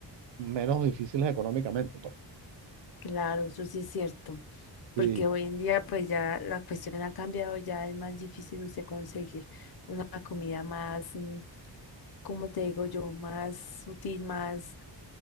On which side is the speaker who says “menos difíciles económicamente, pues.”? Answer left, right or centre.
Right